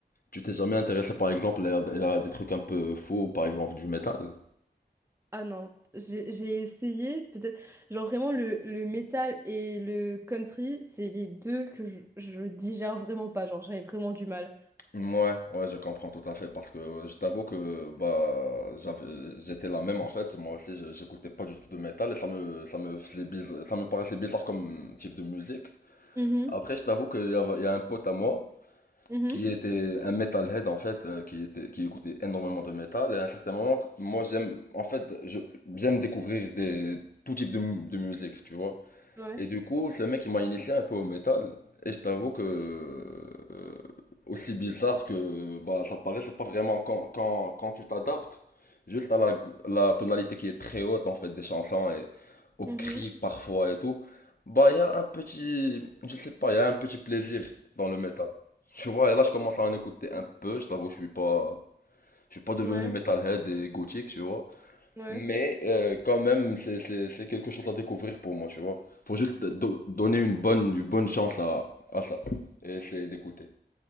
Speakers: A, on the left (about 55°); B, on the right (about 15°).
A: Tu t'es jamais intéressé, par exemple, à à des trucs un peu faux, par exemple, du métal?
B: Ah non, j'ai j'ai essayé, peut-être, genre vraiment le, le métal et le country, c'est les deux que je, je digère vraiment pas, genre j'avais vraiment du mal.
A: Ouais, ouais, je comprends tout à fait parce que euh, je t'avoue que bah j'avais j'étais la même en fait, moi aussi je- j'écoutais pas du tout de métal et ça me ça me faisait biz- ça me paraissait bizarre comme type de musique.
B: Mhm,
A: Après je t'avoue qu'il y a, il y a un pote à moi
B: mhm.
A: qui était un metalhead en fait euh, qui était qui écoutait énormément de métal et à un certain moment moi j'aime en fait je j'aime découvrir des tout type de mu- de musique, tu vois.
B: Ouais.
A: Et du coup, ce mec, il m'a initié un peu au métal. Et je t'avoue que, euh, aussi bizarre que bah, ça paraît, c'est pas vraiment quand, quand, quand tu t'adaptes juste à la, la tonalité qui est très haute en fait des chansons et aux
B: Mhm.
A: cris parfois et tout. Bah, il y a un petit, je sais pas, il y a un petit plaisir dans le métal. Tu vois, et là, je commence à en écouter un peu. Je t'avoue, je suis pas, je suis pas devenu
B: Ouais.
A: metalhead et gothique, tu vois.
B: Ouais.
A: Mais euh, quand même, c'est c'est- c'est quelque chose à découvrir pour moi, tu vois. Faut juste do- donner une bonne, une bonne chance à, à ça. Et c'est d'écouter.